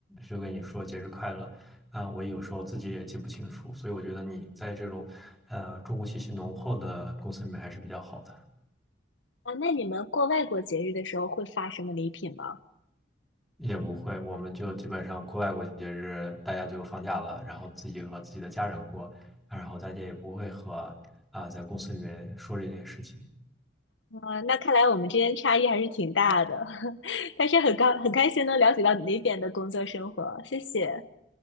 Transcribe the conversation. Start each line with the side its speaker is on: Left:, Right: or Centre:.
Centre: 就跟你说节日快乐。啊，我有时候自己也记不清楚，所以我觉得你在这种呃中国气息浓厚的公司里面还是比较好的。
Left: 啊，那你们过外国节日的时候会发什么礼品吗？
Centre: 也不会，我们就基本上国外过节日，大家就放假了，然后自己和自己的家人过，然后大家也不会和啊、在公司里面说这件事情。
Left: 啊，那看来我们之间差异还是挺大的，<laughs> 但是很高很开心能了解到你那边的工作生活，谢谢。